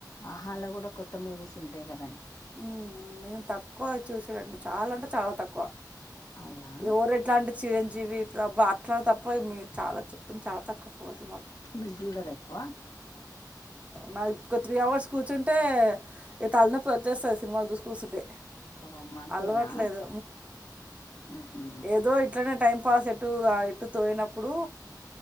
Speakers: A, on the left; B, on the right.
A: ఆహాలో కూడా కొత్త మూవీస్ ఉంటా ఉంటాయి గా
B: ఉ నేను తక్కువ చూశాడండి చాలా అంటే చాలా తక్కువ
A: అవునా
B: ఎవరు ఎట్లా అంటే చిరంజీవి రబ్బ అట్లా తప్ప మీరు చాలా చెప్తుంది చాలా తక్కువ ఫ
A: మీరు చూడరు ఎక్కువ
B: నాది త్రీ హౌవర్ స్ కుచుంటే ఇంకా తల నొప్పి ఇక వచ్చేస్తంది సినిమాలు చూసు కూర్చుంటే
A: ఓమ్మా అంతేనా
B: అలవట్లేదు
A: ఉహు
B: ఏదో ఇట్లనే టైం పాజెప్ ఇట్టుగా ఇటు తోయినప్పుడు